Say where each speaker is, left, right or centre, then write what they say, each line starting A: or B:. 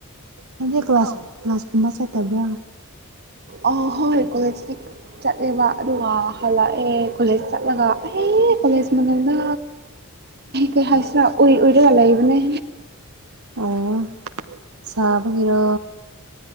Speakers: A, on the right (about 70°); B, on the right (about 50°).
A: ꯍꯧꯖꯤꯛ ꯀ꯭ꯂꯥꯁ ꯀ꯭ꯂꯥꯁꯀꯨꯝꯕ ꯆꯠꯇꯕ꯭ꯔꯥ
B: ꯑ ꯍꯣꯏ ꯀꯂꯦꯖ ꯆꯠꯂꯦꯕ ꯑꯗꯨꯒ ꯍꯜꯂꯛꯑꯦ ꯀꯣꯂꯦꯖ ꯆꯠꯂꯒ ꯑꯦ ꯀꯣꯂꯦꯖ ꯃꯃꯜꯗ ꯀꯩ ꯍꯥꯏꯁꯤꯔꯥ ꯑꯣꯏꯔꯒ ꯂꯩꯏꯕꯅꯦ
A: ꯑꯣ ꯁꯥꯕꯒꯤꯔꯣ